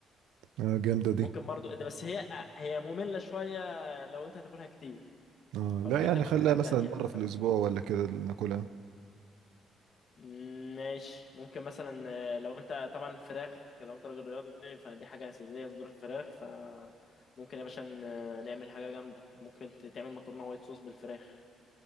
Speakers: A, on the right (about 90°); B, on the left (about 50°).
A: آه جامده دي
B: ممكن برضو إيه ده بس هي هي ممله شويه لو انت هتاكلها كتير
A: اه
B: فممكن
A: لا يعني
B: تاكل
A: خليها
B: حاجات
A: مثلا
B: تانية
A: مره
B: مثلا
A: في الاسبوع ولا كده ناكلها
B: مم، ماشي ممكن مثلا آه، لو انت طبعا فراخ لو انت راجل رياضي فدي حاجة أساسية صدور الفراخ فممكن يا باشا ن- نعمل حاجة جامدة ممكن ت- تعمل مكرونة وايت صوص بالفراخ